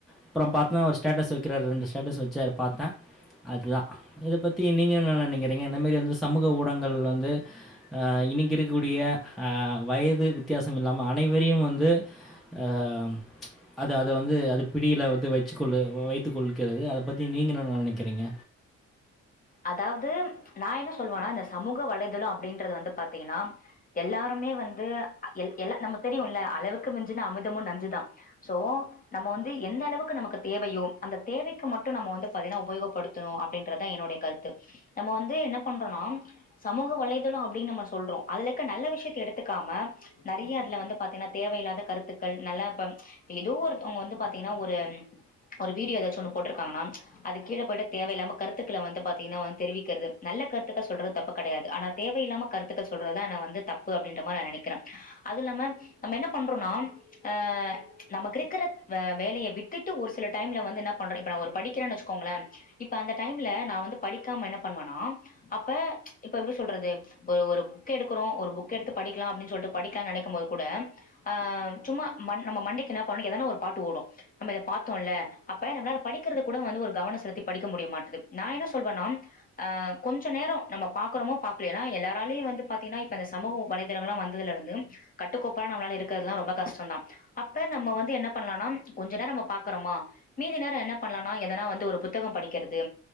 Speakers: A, in the centre; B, on the left.
A: அப்புறம் பாத்னா ஒரு ஸ்டேட்டஸ் வெ கிறார் ரெண்டு ஸ்டேட்டஸ் வெச்சாரு பாத்தே அதுதா இத பத்தி நீங்க என்ன நெனக்கிறீங்க இந்தமாரி வந்து சமூக ஊடங்கங்கள் வந்து ஆ இன்னிக்கி இருக்கூடிய ஆ வயது வித்தியாசம் இல்லாம அனைவரையு வந்து ஆ அம் ச்ச அது அத வந்து அது பிடில வந்து வெச்சுகொள்ளு வ வைத்து கொள்கிறது அத பத்தி நீங்க என்ன நெ நெனைக்கிறீங்க
B: அதாவ்து ச்ச நா என்ன சொல்வானா இந்த சமூக வலைதளோ அப்டின்றது வந்து பாத்தீங்கனா எல்லாருமே வந்து அ எல் எல்லா நம்ம தெரியுல அளவுக்கு மிஞ்சுனா அமிர்தமு நஞ்சுதா சோ நம்ம வந்து எந்த அளவுக்கு நமக்கு தேவையோ அந்த தேவைக்கு மட்டு நம்ம வந்து பாத்தீங்னா உபயோகப்படுத்துணு அப்டின்றதா என்னுடைய கர்து நம்ம வந்து என்னா பண்றோனா சமூக வலைதளோ அப்டின் நம்ம சொல்றோ அதுல இருக்க நல்ல விஷயத்த எடுத்துக்காம ச்ச நெறைய அதுல வந்து பாத்தீங்னா தேவையில்லாத கருத்துக்கள் நல்லா இப்பம் ச்ச இப் ஏதோ ஒருத்தௌங் அவுங்க வந்து பாத்தீங்னா ஒரு ம் ஒரு வீடியோ எதாச்சு ஒன்னு போட்டுருக்காங்கனா ச்ச அது கீழ போயிட்டு தேவையில்லா கருத்துக்கள வந்து பாத் டின்னுவோ தெரிவிக்கறது நல்ல கருத்துக்கள் சொல்றது தப்பு கெடையாது ஆனா தேவையில்லாம கருத்துக்கள் சொல்றதுதா நா வந்து தப்பு அப்டின்ற மாரி நா நெனைக்கிறே அதுவு இல்லாம நாம என்ன பண்றோனா ஆ ச்ச நமக்கிருக்கிறத் வே வேலையை விட்டுட்டு ஒரு சில டைம்ல வந்து என்ன பண்றோ இப்ப நா ஒரு படிக்கிறேனு வெச்சுக்கோங்களே இப்ப அந்த டைம்ல நா வந்து படிக்காம என்ன பண்வனாம் அப்ப ச்ச இப்ப எப்டி சொல்றது ஒரு ஒரு புக்க எடுக்குறோ ஒரு புக்க எடுத்து படிக்லான் அப்டின் சொல்ட்டு படிக்கலா நெனைக்கும் போது கூட ஆ சும்மா மண் நம்ம மண்டைக்கு என்ன பொரணிக் எதனா ஒரு பாட்டு ஓடோ நம்ம இத பாத்தோல அப்ப நம்ளால, படிக்கிறது கூட வந்து ஒரு கவனோ செலுத்தி படிக்க முடிய மாட்டுது நா என்ன சொல்வனாம் ஆ கொஞ்ச நேரோ நம்ம பாக்கறமோ பாக்லையோ ஏனா எல்லாராலயு வந்து பாத்தீங்னா இப்ப இந்த சமூக வலைதளங்கள்லா வந்ததுல இருந்து கட்டுக்கோப்ப நம்ளால இருக்கிறதுல்லா ரொம்ப கஷ்டோந்தா அப்ப நம்ம வந்து என்ன பண்லானாம் கொஞ்ச நேரம் நம்ம பாக்கறோமா மீதி நேரம் என்ன பண்லானா எதனா வந்து ஒரு புத்தகம் படிக்கிறது